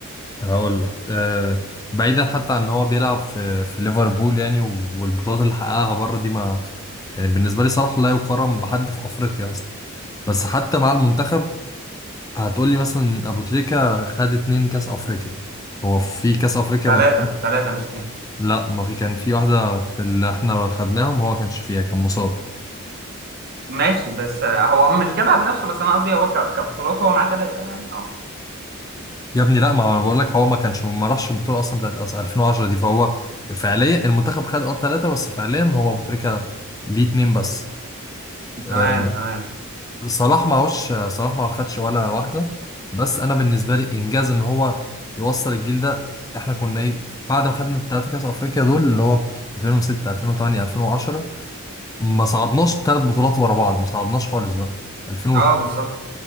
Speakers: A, on the left; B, on the right.
A: هقول لك آه، بعيدا حتى عن ان هو بيلعب في في ليفربول يعني والبطولات اللي حققها بره دي ما يعني بالنسبه لي صلاح لا يقارن بحد في افريقيا اصلا بس حتى مع المنتخب هتقول لي مثلا ابو تريكه خد اتنين كاس افريقيا هو في كاس افريقيا
B: ثلاثه
A: من...
B: ثلاثه مش اتنين
A: لا ما في كان في واحده في اللي احنا خدناهم هو كانش فيها كان مصاب
B: ماشي بس آه، هو مش جابها بنفسه بس انا قصدي هو ك- كبطولات هو معاه ثلاثه يعني اه
A: يا ابني لا ما هو انا بقول لك هو ما كانش ما راحش البطوله اصلا بتاعت أس- 2010 دي فهو فعليا المنتخب خد اه ثلاثه بس فعليا هو ابو تريكه ليه اتنين بس آه،
B: تمام تمام
A: صلاح معهوش صلاح ما خدش ولا واحده بس انا بالنسبه لي انجاز ان هو يوصل الجيل ده احنا كنا ايه بعد ما خدنا الثلاثه كاس افريقيا دول اللي هو 2006 2008 2010 ما صعدناش ثلاث بطولات ورا بعض ما صعدناش خالص بقى 2000 و-
B: اه بالظبط